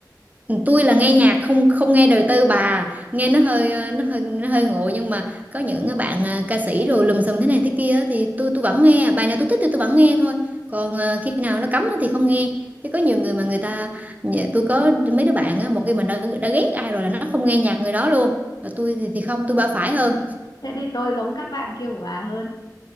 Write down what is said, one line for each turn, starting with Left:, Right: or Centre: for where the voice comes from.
Right: Ừ, tôi là nghe nhạc không không nghe đời tư bà nghe nó hơi ờ, nó hơi nó hơi ngộ nhưng mà có những cái bạn ờ, ca sĩ rồi lùm xùm thế này thế kia á thì tôi tôi vẫn nghe bài nào tôi thích thì tôi vẫn nghe thôi còn ờ, khi nào nó cấm á thì không nghe chứ có nhiều người mà người ta nhà- tôi có mấy đứa bạn á một khi mà đã, đã ghét ai rồi là nó không nghe nhạc người đó luôn mà tôi thì thì không tôi ba phải hơn
Left: thế thì tôi giống các bạn kia của bà hơn